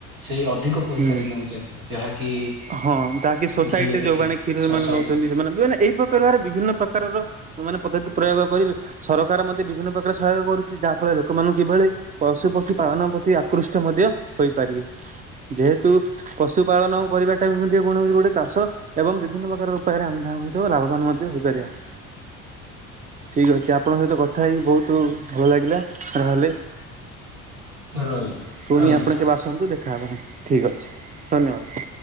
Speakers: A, on the right (about 80°); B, on the right (about 20°).
A: ସେଇ ଅଧିକ ପଇସାରେ
B: ହୁଁ
A: ନେଉଚନ୍ତି ଯାହାକି
B: ହଁ ଦାକି ସୋସାଇଟିରେ
A: ଘିଅ ଦେଖି
B: ଯୋଉମାନେ କ୍ଷୀର
A: ସୋସାଇଟି
B: ମାନେ ନଉଛନ୍ତି ସେମାନେ ଏଇ ପ୍ରକାର ବିଭିନ୍ନ ପ୍ରକାରର ଏମାନେ ପଦ୍ଧତି ପ୍ରୟୋଗ କରିବେ ସରକାର ମଧ୍ୟ ବିଭିନ୍ନ ପ୍ରକାର ସହାୟକ କରୁଛି ଯାହା ଫଳରେ ଲୋକମାନଙ୍କୁ କିଭଳି ପଶୁପକ୍ଷୀ ପାଳନ ପ୍ରତି ଆକୃଷ୍ଟ ମଧ୍ୟ ହୋଇପାରିବେ। ଯେହେତୁ ପଶୁପାଳନ କରିବା <unintelligible> ଗୋଟେ ଚାଷ ଏବଂ ବିଭିନ୍ନ ପ୍ରକାର ଉପାୟରେ ଆମେ ତାହାଙ୍କ ସହିତ ଲାଭବାନ ମଧ୍ୟ ହେଇପାରିବା। <inaudible> ଠିକ୍ ଅଛି ଆପଣଙ୍କ ସହିତ କଥା ହେଇକି ବହୁତ ଭଲ ଲାଗିଲା ରହଲି।
A: ରହି
B: ପୁଣି
A: ରହିଲି
B: ଆପଣ
A: ସାର୍।
B: କେବେ ଆସନ୍ତୁ ଦେଖାହେବା ଠିକ୍ ଅଛି। ଧନ୍ୟବାଦ!